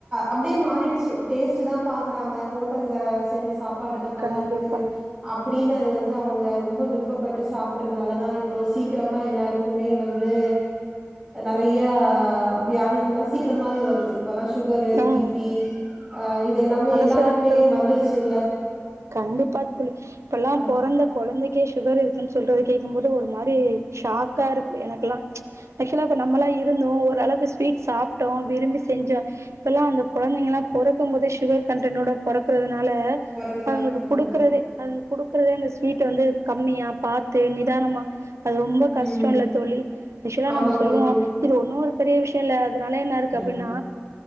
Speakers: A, in the centre; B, on the right.
A: அப்படியே மாறி டுச்சு டேஸ்ட் தான் பாக்குறாங்க ஹோட்டல்லல செஞ்ச சாப் பாடு தான் நல்லா
B: கண்டிப்பா
A: இருக்கு அப்படின்னு அது வந்து அவங்க ரொம்ப விருப்பப்பட்டு சாப்பிடறதுனால தான் இப்போது சீக்கிரமாக எல்லாருக்குமே வந்து நறையா வியாதிகள்ல்லாம் சீக்கிரமாவே வருது இப்பல்லாம் சுகரு
B: ம்
A: பிபி ஆ இதெல்லா
B: அத
A: எல்லாருக்குமே
B: சொல்லுங்க தோழி
A: வந்துருச்சு இல்ல
B: கண்டிப்பா தோழி இப்பல்லாம்
A: அ
B: பொறந்த குழந்தைக்கே சுகர் இருக்குன்னு சொல்றது கே்கும் போது ஒரு மாரி ஷாக்கா இருக்கு எனக்குெல்லா ஆக்சுவலாப்ப நம்மளாம் இருந்தோம்ஓ அளவுக்கு ஸ்வீட் சாப்பிட்டோம் விரும்பி செஞ்சோம் இப்பெல்லாம் அந்த குழந்தைங்க எல்லாம் பறக்கும் போது சுகர் கண்டன்டோடறக்கறத அதனால
A: பொறக்குறது
B: அவதுங்களுக்கு
A: ஆமாங்க
B: குடுக்குறதே
A: தோழி.
B: அதுங்களுக்கு குடுக்குறதே அந்த ஸ்வீட் வந்து கம்மியா பார்த்து நிதானமா அது ரொம்ப கஷ்ட
A: ம்.
B: இல்ல தோழி ஆக்சுவலா
A: ஆமாங்க
B: நம்ம சொல்லுவோம்
A: தோழி.
B: இது ஒன்னொரு பெரிய விஷயம் இல்லாது அதனால என்ன இருக்கு
A: ம்.
B: அப்டின்னா